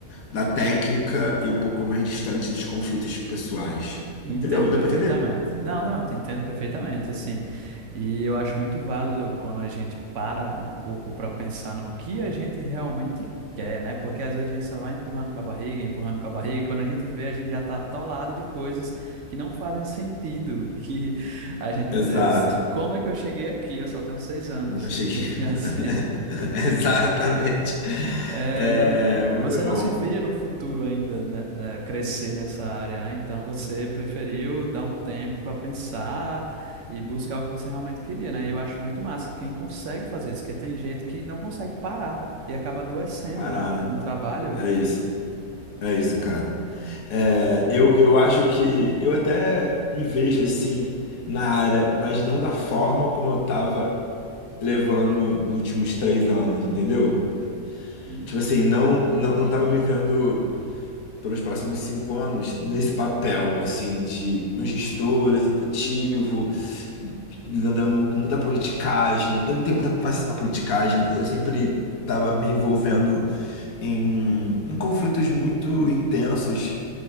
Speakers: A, on the left; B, on the right.
A: da técnica e um pouco mais distante dos conflitos pessoais.
B: Te Entendo
A: Entendeu? Deu
B: perfeitamente.
A: para entender?
B: Não, não, eu te entendo perfeitamente, assim. E eu acho muito válido quando a gente para um pouco para pensar no que a gente realmente quer, né? Porque às vezes a gente só vai empurrando com a barriga, empurrando com a barriga, e quando a gente vê, a gente já tá atolado de coisas que não fazem sentido, que <laughs> a gente, meu
A: Exato.
B: Deus, se- como é que eu cheguei aqui? Eu só tenho seis anos.
A: Nunca cheguei.
B: E <laughs> assim,
A: <laughs> Exatamente.
B: é,
A: É,
B: não, é,
A: muito
B: você não
A: bom
B: se via no futuro ainda né, né, crescer nessa área, né? Então você preferiu dar um tempo para pensar e buscar o que você realmente queria, né? E eu acho muito massa quem consegue fazer isso, porque tem gente que não consegue parar e acaba adoecendo,
A: parar,
B: né?
A: né?
B: No trabalho.
A: É isso. É isso,
B: É,
A: cara. É, eu, eu acho que eu até me vejo assim na área, mas não da forma como eu tava levando os últimos três anos, entendeu?
B: hum.
A: Tipo assim, não, não, não tava me vendo pelos próximos cinco anos nesse papel, assim, de um gestor, executivo, andando com muita politicagem. Eu não tenho muita paciência pra politicagem, eu sempre. Estava me envolvendo em, em conflitos muito intensos